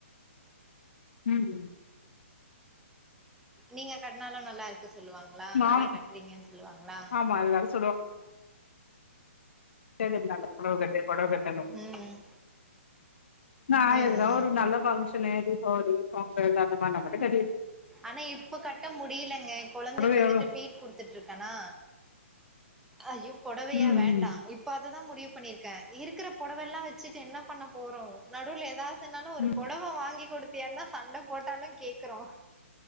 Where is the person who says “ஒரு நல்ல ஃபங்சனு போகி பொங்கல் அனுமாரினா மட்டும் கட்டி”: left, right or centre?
Left